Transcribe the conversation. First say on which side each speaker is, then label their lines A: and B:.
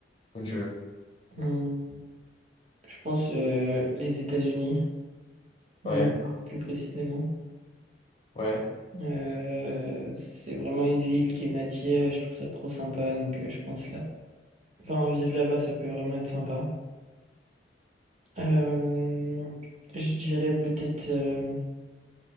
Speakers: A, on the left; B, on the right.
A: Comme tu veux.
B: Hum, je pense euh, les États-Unis. New
A: Ouais,
B: York, plus précisément.
A: ouais.
B: Euh, c'est vraiment une ville qui m'attire et je trouve ça trop sympa. Donc, euh, je pense là, enfin, vivre là-bas, ça peut vraiment être sympa. Euh, je dirais peut-être euh,